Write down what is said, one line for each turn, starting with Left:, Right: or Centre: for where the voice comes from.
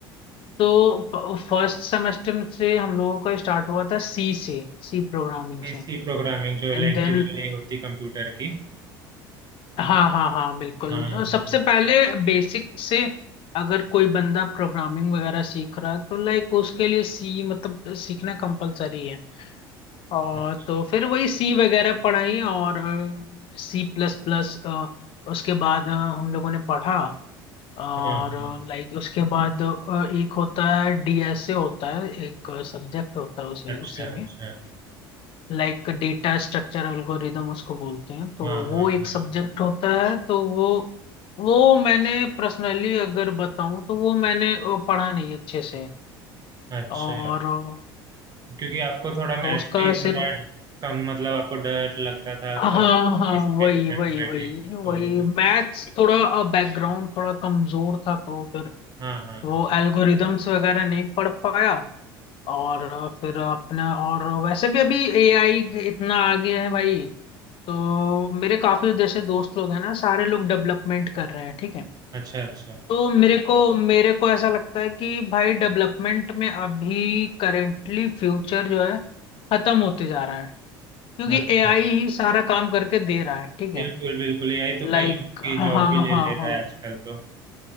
Left: तो फर्स्ट सेमेस्टर से हम लोगों का स्टार्ट हुआ था सी से सी प्रोग्रामिंग
Right: पीसी
Left: से
Right: प्रोग्रामिंग जो लैंग्वेज
Left: एंड देन
Right: वाली होती कंप्यूटर की
Left: हाँ हाँ हाँ बिल्कुल
Right: हाँ हाँ
Left: जो सबसे
Right: हाँ,
Left: पहले बेसिक से अगर कोई बंदा प्रोग्रामिंग वगैरह सीख रहा है तो लाइक उसके लिए सी मतलब सीखना कंपलसरी है और
Right: अच्छा
Left: तो फिर वही सी वगैरह पढ़ाई और सी प्लस प्लस उसके बाद अ, हम लोगों ने पढ़ा और
Right: हाँ हाँ हाँ।
Left: लाइक उसके बाद अ, एक होता है डीएसए होता है एक सब्जेक्ट होता है उसी
Right: अच्छा
Left: उसी में
Right: अच्छा
Left: लाइक डेटा स्ट्रक्चर एल्गोरिदम उसको बोलते हैं तो
Right: हाँ हाँ
Left: वो एक
Right: हाँ
Left: सब्जेक्ट होता है तो वो वो मैंने पर्सनली अगर बताऊं तो वो मैंने अ, पढ़ा नहीं अच्छे से
Right: अच्छा
Left: और अ,
Right: क्योंकि आपको थोड़ा मैथ्स
Left: तो उसका
Right: भी थोड़ा
Left: सिर्फ
Right: कम मतलब आपको डर लगता था
Left: हाँ
Right: तो
Left: हाँ
Right: डिस्क्रीट
Left: वही
Right: मैथमेटिक्स
Left: वही वही
Right: तो
Left: वही मैथ्स थोड़ा बैकग्राउंड थोड़ा कमजोर था तो फिर
Right: हाँ हाँ
Left: वो
Right: हाँ
Left: एल्गोरिदम्स वगैरह नहीं पढ़ पाया और फिर अपना और वैसे भी अभी एआई इतना आ गया है भाई तो मेरे काफी जैसे दोस्त लोग हैं ना सारे लोग डेवलपमेंट कर रहे हैं ठीक है
Right: अच्छा अच्छा
Left: तो मेरे को मेरे को ऐसा लगता है कि भाई डेवलपमेंट में अभी करेंटली फ्यूचर जो है खत्म होते जा रहा है क्योंकि
Right: अच्छा
Left: एआई ही सारा काम करके दे रहा है ठीक है
Right: बिल्कुल बिल्कुल यही तो
Left: लाइक
Right: कई लोग की
Left: हाँ
Right: जॉब
Left: हाँ
Right: भी ले ले
Left: हाँ
Right: रहा है आजकल तो